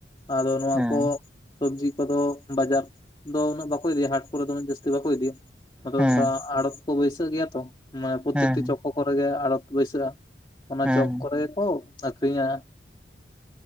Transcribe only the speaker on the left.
ᱟᱫᱚ ᱱᱚᱣᱟ
ᱠᱚ ᱥᱚᱵᱡᱤ ᱠᱚᱫᱚ ᱵᱟᱡᱟᱨ ᱫᱚ ᱩᱱᱟᱹᱜ ᱵᱟᱠᱚ ᱤᱫᱤᱭᱟ ᱦᱟᱴ ᱠᱚᱨᱮ ᱫᱚ ᱩᱱᱟᱹᱜ ᱡᱟᱹᱥᱛᱤ ᱵᱟᱠᱚ ᱤᱫᱤᱭᱟ᱾ ᱟᱫᱚ
ᱚᱱᱠᱟ ᱟᱲᱚᱛ ᱠᱚ ᱵᱟᱹᱭᱥᱟᱹᱜ ᱜᱮᱭᱟ ᱛᱚ ᱢᱟᱱᱮ ᱯᱨᱚᱛᱛᱮᱠᱴᱤ
ᱪᱚᱠᱳ ᱠᱚᱨᱮ ᱜᱮ ᱟᱲᱚᱛ ᱵᱟᱹᱭᱥᱟᱹᱜᱼᱟ᱾ ᱚᱱᱟ
ᱪᱚᱠ ᱠᱚᱨᱮ ᱜᱮᱠᱚ ᱟᱠᱷᱨᱤᱧᱟ᱾